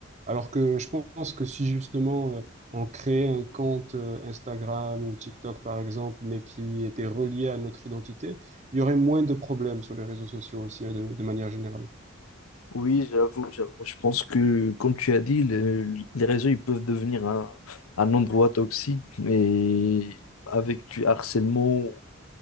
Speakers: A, on the right; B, on the left.
A: Alors que je pense que si justement euh, on créait un compte euh, Instagram ou TikTok par exemple, mais qui était relié à notre identité, il y aurait moins de problèmes sur les réseaux sociaux aussi, euh, de, de manière générale.
B: Oui, j'avoue, j'avoue. Je pense que, comme tu as dit, le- les réseaux, ils peuvent devenir un, un endroit toxique et avec du harcèlement,